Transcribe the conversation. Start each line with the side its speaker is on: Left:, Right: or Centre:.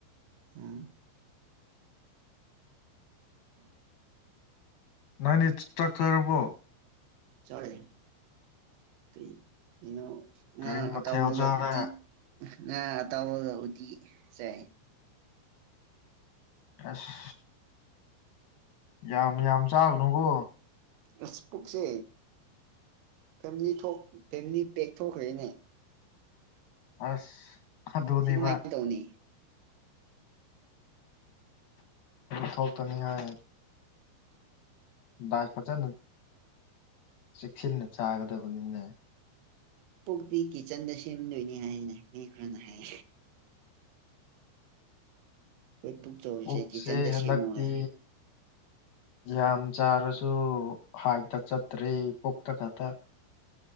Right: ꯑꯝ ꯎꯝ
Left: ꯅꯅꯥꯅꯤ ꯆꯥꯛꯔꯕꯣ
Right: ꯆꯂꯦ ꯀ ꯀꯩꯅ
Left: ꯀꯔꯤ
Right: ꯑ
Left: ꯃꯊꯦꯜ
Right: ꯑꯇꯥꯎꯕꯒ
Left: ꯆꯥꯔꯦ
Right: ꯎꯗꯤꯤ ꯑ ꯑꯇꯥꯎꯕꯒ ꯎꯗꯤꯤ ꯁꯦ
Left: ꯑꯁ ꯌꯥꯝ ꯌꯥꯝ ꯆꯥꯒꯅꯨꯀꯣ
Right: ꯑꯦꯛꯁ ꯄꯨꯨꯛꯁꯦ ꯐꯦꯃꯤꯂꯤ ꯐꯦꯃꯤꯂꯤ ꯄꯦꯛ ꯊꯣꯛꯈ꯭ꯔꯦꯅꯦ
Left: ꯑꯁ ꯑꯗꯨꯅꯦꯕ
Right: ꯁꯤ ꯀꯃꯥꯏꯅ ꯇꯧꯅꯤ
Left: ꯊꯣꯛꯇꯅꯤꯍꯌꯦ ꯗꯥꯏ ꯐꯖꯅ ꯆꯦꯛꯁꯤꯟꯅ ꯆꯥꯒꯗꯕꯅꯤꯅꯦ
Right: ꯄꯣꯛꯇꯤ ꯀꯤꯠꯆꯟꯗ ꯁꯦꯝꯗꯣꯏꯅꯤ ꯍꯥꯏꯅ ꯃꯤ ꯈꯔꯅ ꯍꯥꯏ ꯄꯨꯛ ꯆꯥꯎꯔꯤꯁꯦ
Left: ꯄꯨꯛꯁꯦ
Right: ꯀꯤꯠꯆꯟꯗ
Left: ꯍꯟꯗꯛꯇꯤ
Right: ꯁꯦꯝꯃꯣ ꯍꯥꯏ
Left: ꯌꯥꯝ ꯆꯥꯔꯁꯨ ꯍꯥꯏꯇ ꯆꯠꯇ꯭ꯔꯔꯤ ꯄꯣꯛꯇ ꯈꯛꯇ <inaudible>